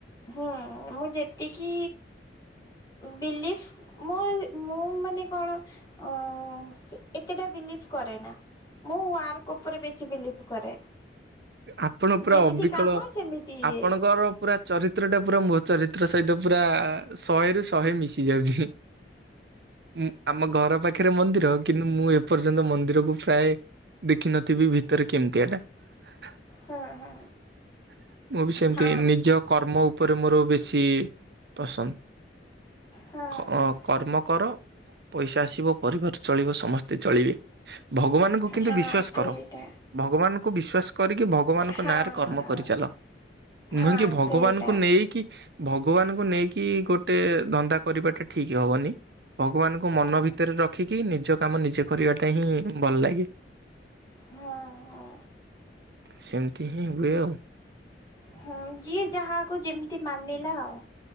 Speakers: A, on the left; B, on the right.
A: ହୁଁ ମୁଁ ଯେତିକି ବିଲିଭ ମୁଁ ମୁଁ ମାନେ କଣ ଅ ଏତେଟା ବିଲିଭ କରେ ନା ମୁଁ ୱାର୍କ ଉପରେ ବେଶୀ ବିଲିପ୍ କରେ।
B: ଆପଣ ପୁରା
A: ଯେମିତି
B: ଅବିକଳ
A: କାମ ସେମିତି ଇଏ
B: ଆପଣଙ୍କର ପୁରା ଚରିତ୍ର ଚିତ୍ରଟା ପୁରା ମୋ ଚରିତ୍ର ସହିତ ପୁରା ଶହେରୁ ଶହେ ମିଶି ଯାଉଛି ଉଁ ଆମ ଘର ପାଖରେ ମନ୍ଦିର କିନ୍ତୁ ମୁଁ ଏପର୍ଯ୍ୟନ୍ତ ମନ୍ଦିରକୁ ପ୍ରାୟ ଦେଖିନଥିବି ଭିତରେ କେମିତି ଆଟା। <inaudible>
A: ହଁ ହଁ
B: ମୁଁ ବି ସେମିତି
A: ହଁ
B: ନିଜ କର୍ମ ଉପରେ ମୋର ବେଶୀ ପସନ୍ଦ।
A: ହଁ ହଁ
B: ଖଅ କର୍ମ କର ପଇସା ଆସିବ ପରିବାର ଚଳିବ ସମସ୍ତେ ଚଳିବେ। ଭଗବାନଙ୍କୁ କିନ୍ତୁ
A: ହଁ
B: ବିଶ୍ଵାସ
A: ସେଇଟା
B: କର ଭଗବାନ କୁ ବିଶ୍ୱାସ କରିକି ଭଗବାନଙ୍କ
A: ହଁ
B: ନାଁରେ କର୍ମ
A: ହଁ
B: କରିଚାଲ
A: ହଁ
B: ନୁହେଁ କି ଭଗବାନଙ୍କୁ
A: ସେଇଟା
B: ନେଇକି ଭ ଭଗବାନଙ୍କୁ ନେଇକି ଗୋଟେ ଧନ୍ଦା କରିବାଟା ଠିକ ହବନି ଭଗବାନଙ୍କୁ
A: ହଁ
B: ମନ ଭିତରେ ରଖିକି କି ନିଜ କାମ ନିଜେ କରିବାଟା ହିଁ ଭଲ ଲାଗେ।
A: ହଁ ହଁ।
B: ସେମିତି ହିଁ ହୁଏ ଆଉ
A: ହଉ ଯିଏ ଯାହାକୁ ଯେମିତି ମାନିଲା ଆଉ।